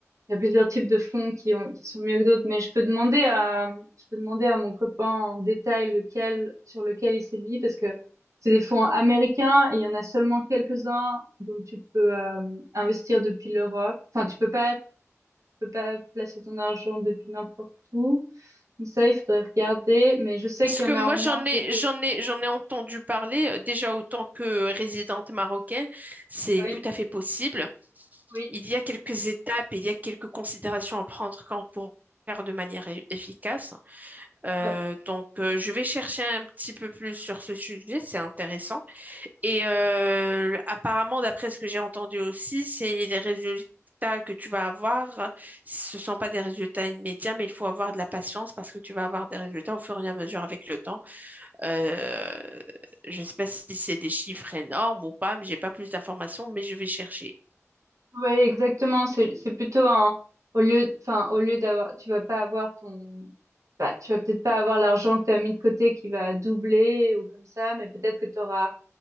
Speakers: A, on the right; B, on the right.
A: il y a plusieurs types de fonds qui ont qui sont mieux que d'autres mais je peux demander à je peux demander à mon copain en détail lequel sur lequel il sévit parce que c'est des fonds américains et il y en a seulement quelques-uns donc tu peux euh, investir depuis l'Europe. Enfin, tu peux pas peux pas placer ton argent depuis n'importe où. Donc ça, il faudrait regarder, mais je sais
B: Parce
A: qu'il
B: que
A: y en
B: moi
A: a au moins
B: j'en ai
A: quelques...
B: j'en ai j'en ai entendu parler euh, déjà autant que résidente marocaine, c'est
A: uns Oui,
B: tout à fait possible.
A: oui,
B: Il y a quelques étapes, il y a quelques considérations à prendre quand pour faire de manière e- efficace. Euh,
A: ouais.
B: donc, euh, je vais chercher un petit peu plus sur ce sujet, c'est intéressant. Et euh, apparemment, d'après ce que j'ai entendu aussi, c'est les résultats que tu vas avoir, ce ne sont pas des résultats immédiats, mais il faut avoir de la patience parce que tu vas avoir des résultats au fur et à mesure avec le temps. Euh, je ne sais pas si c'est des chiffres énormes ou pas, mais j'ai pas plus d'informations, mais je vais chercher.
A: Ouais, exactement. C'est, c'est plutôt un... Au lieu, enfin, au lieu d'avoir... Tu vas pas avoir ton... Bah, tu vas peut-être pas avoir l'argent que tu as mis de côté qui va doubler ou comme ça, mais peut-être que tu auras,